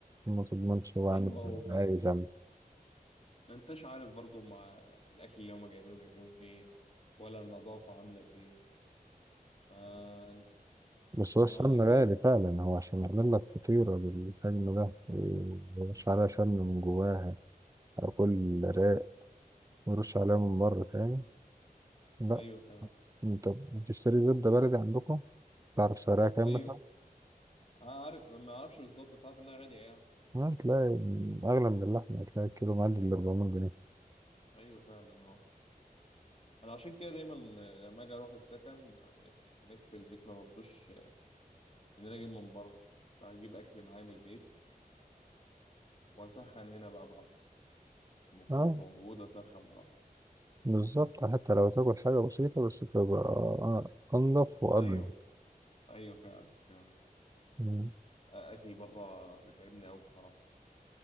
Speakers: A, on the right (about 20°); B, on the left (about 40°).
A: ما تضمنش
B: <laughs>
A: هو عامل
B: ايوه هو
A: إيه،
B: ما...
A: عايز عامل
B: ما انتش عارف برضه مع الاكل اللي هما جايبينه جايبينه منين ولا النظافه عامله ايه آه...
A: بس هو
B: آه...
A: السمن
B: اما
A: غالي فعلا هو عشان يعمل لك فطيرة بالحجم ده ويرش عليها سمن من جواها أو كل رق ويرش عليها من بره تاني لا
B: ايوه فعلا
A: انت بتشتري زبدة بلدي عندكم تعرف سعرها كام
B: ايوه
A: مثلا؟
B: عارف ما اعرفش بالظبط بس عارف انها غاليه يعني
A: لا هتلاقي أغلى من اللحمة هتلاقي الكيلو معدي ال 400 جنيه
B: ايوه فعلا اه انا عشان كده دايما لما اجي اروح السكن يعني هناك في البيت ما برضوش ان انا اجيب من بره بجيب اكل معايا من البيت واسخن هنا بقى براحتي الميكرويف
A: اه
B: موجود اسخن براحتي
A: بالظبط حتى لو تاكل حاجة بسيطة بس تبقى آه، أنضف وأضمن
B: ايوه ايوه فعلا فعلا
A: مم.
B: اكل بره بتعبني قوي بصراحه